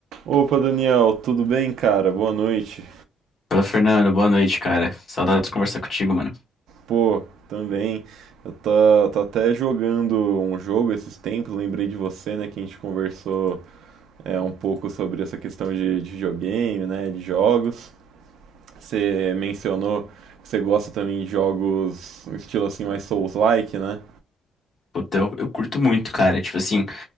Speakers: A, on the right (about 80°); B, on the left (about 30°).
A: Opa, Daniel, tudo bem, cara? Boa noite.
B: Fala, Fernando, boa noite, cara. Saudade de conversar contigo, mano.
A: Pô, também. Eu tô, tô até jogando um jogo esses tempos, lembrei de você, né, que a gente conversou é, um pouco sobre essa questão de, de videogame, né, de jogos. Você mencionou que você gosta também de jogos um estilo assim mais Souls-like, né?
B: Puta, eu, eu curto muito, cara. Tipo assim,